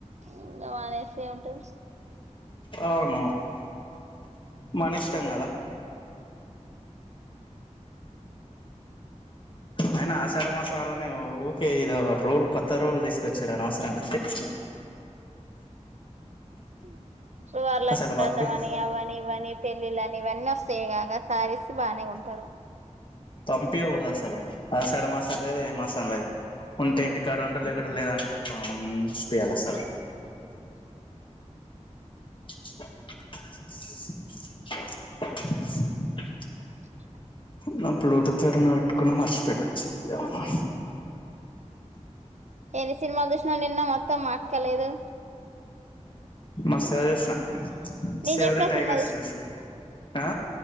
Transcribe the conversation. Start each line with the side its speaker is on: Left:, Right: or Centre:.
Right: ఇంగవానేస్త ఏముంటది
Left: అవును మన ఇష్టం కదా అయినా ఆషాఢ మాసం వల్నే ఊకే ఇద ఒక రూల్ కొత్త రోల్ తీసుకొచ్చారు అనవసరంగా అతే <inaudible>
Right: అ సో వరలక్ష్మీవ్రతం
Left: అసలు పంపి
Right: అని అవని ఇవని పెళ్ళిళ్ళ అని ఇవన్నీ వస్తాయి కాగా సారిస్త బాగానే ఉంట సర
Left: పంపియకూడదు అసలు ఆషాడ మాసం లేదు ఏ మాసం లేదు ఉంటే ఇంటికాడ ఉంట లేకుంటే లేదు అన్నట్టు బాంచిపియాలి అసలు
Right: <inaudible>
Left: <inaudible> <inaudible>
Right: <inaudible>
Left: నా బ్లూటూత్ ఎడన్న పెట్టుకున్న మర్చిపోయినా చెయ్యమ్మా
Right: ఏన్ని సినిమాలు చూసినా నిన్న మొత్తం మాక్కలేదు
Left: మస్త్ గ జూష్ణ
Right: నేను
Left: సేవ్
Right: చెప్పిన
Left: ద టైగర్స్
Right: సినిమా
Left: జూష్ణ ఆ